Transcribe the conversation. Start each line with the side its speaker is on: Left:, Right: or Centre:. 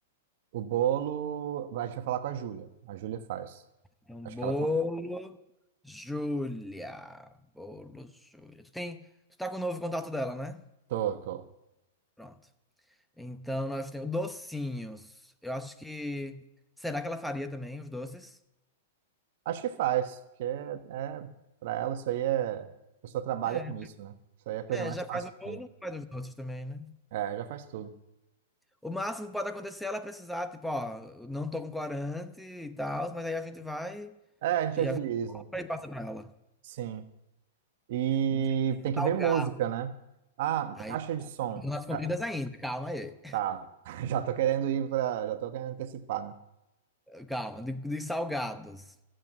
Right: O bolo, a gente vai falar com a Júlia. A Júlia faz.
Centre: É um
Right: Acho
Centre: bolo,
Right: que ela. con-
Centre: Júlia. Bolo, Júlia. Tu tem, tu tá com o novo contato dela, né?
Right: Tô, tô.
Centre: Pronto. Então nós temos docinhos. Eu acho que será que ela faria também os doces?
Right: Acho que faz, porque é, é, para ela isso aí é. A pessoa trabalha
Centre: É,
Right: com isso, né? Isso aí é a coisa
Centre: é,
Right: mais
Centre: já
Right: fácil
Centre: faz o
Right: que
Centre: bolo,
Right: tem.
Centre: faz os doces também, né?
Right: É, já faz tudo.
Centre: O máximo que pode acontecer é ela precisar, tipo, ó, eu não tô com corante e tal, mas aí a gente vai
Right: É, a gente
Centre: e
Right: agiliza.
Centre: a gente compra e passa pra ela.
Right: Sim. E
Centre: De
Right: tem que
Centre: salgado.
Right: ver música, né? Ah,
Centre: Aí,
Right: caixa de som.
Centre: nas comidas
Right: Ah,
Centre: ainda, calma aí.
Right: Tá. <laughs> Já tô querendo ir pra. Já tô querendo antecipar, né?
Centre: Calma, de, de salgados.